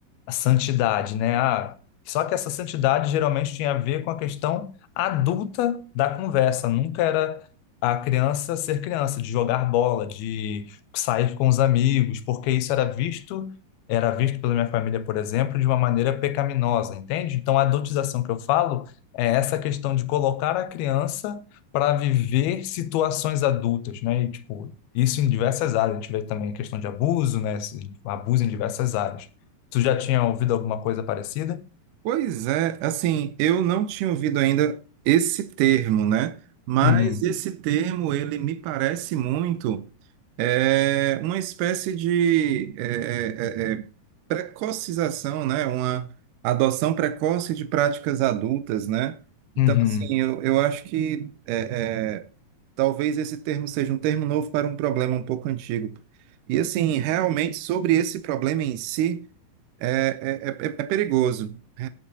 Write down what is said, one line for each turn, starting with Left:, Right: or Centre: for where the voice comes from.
Left: a santidade, né? Ah, só que essa santidade geralmente tinha a ver com a questão adulta da conversa, nunca era a criança ser criança, de jogar bola, de sair com os amigos, porque isso era visto, era visto pela minha família, por exemplo, de uma maneira pecaminosa, entende? Então a adultização que eu falo é essa questão de colocar a criança para viver situações adultas, né? E, tipo, isso em diversas áreas. A gente vê também a questão de abuso, né? Esse Abuso em diversas áreas. Tu já tinha ouvido alguma coisa parecida?
Right: Pois é, assim, eu não tinha ouvido ainda esse termo, né? Mas
Left: Uhum,
Right: esse termo, ele me parece muito é, uma espécie de é, é, é, precocização, né? Uma adoção precoce de práticas adultas, né? Então,
Left: uhum.
Right: assim, eu, eu acho que é, é, talvez esse termo seja um termo novo para um problema um pouco antigo. E, assim, realmente, sobre esse problema em si. É, é, é, é perigoso. É-